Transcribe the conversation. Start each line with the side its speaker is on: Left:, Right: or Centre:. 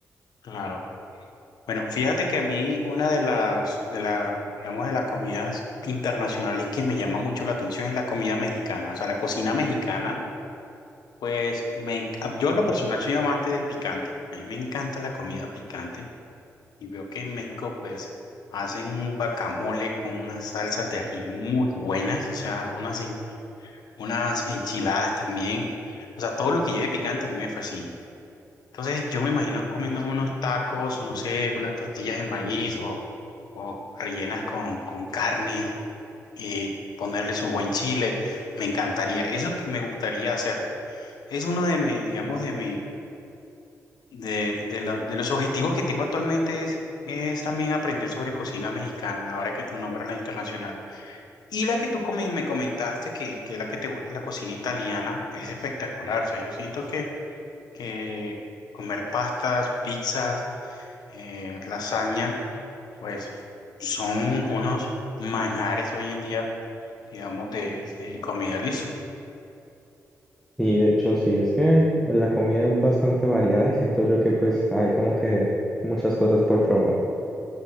Left: claro. Bueno, fíjate que a mí una de las, de las, digamos, de las comidas internacionales que me llama mucho la atención es la comida mexicana. O sea, la cocina mexicana, pues me, enc- yo en lo personal soy amante del picante. A mí me encanta la comida picante y veo que en México, pues, hacen un guacamole con unas salsas de ají muy buenas, o sea, unas, en- unas enchiladas también. O sea, todo lo que lleve picante a mí me fascina. Entonces yo me imagino comiendo unos tacos, no sé, unas tortillas de maíz o, o rellenas con, con carne y ponerle su buen chile. Me encantaría, eso que me gustaría hacer. Es uno de mis, digamos, de mi, de, de, lo- de los objetivos que tengo actualmente es, es también aprender sobre cocina mexicana, ahora que tú nombras la internacional. Y la que tú come- me comentaste, que, que es la que te gusta, la cocina italiana, es espectacular. O sea, yo siento que, que comer pastas, pizzas. eh, lasaña, pues son unos manjares hoy en día, digamos, de, de comida liso.
Centre: Y de hecho sí, es que hay- la comida es bastante variada y siento yo que pues hay como que muchas cosas por probar.